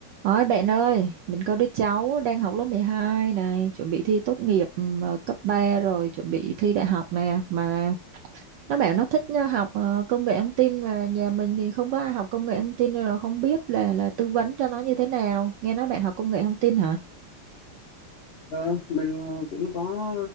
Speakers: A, on the right; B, on the left.
A: Ôi bạn ơi, mình có đứa cháu đang học lớp 12 này, chuẩn bị thi tốt nghiệp ừm, ờ, cấp 3 rồi, chuẩn bị thi đại học nè, mà nó bảo nó thích ờ, học ờ, công nghệ thông tin mà nhà mình thì không có ai học công nghệ thông tin nên là không biết là là tư vấn cho nó như thế nào. Nghe nói bạn học công nghệ thông tin hả?
B: Ờ, mình ờ, cũng có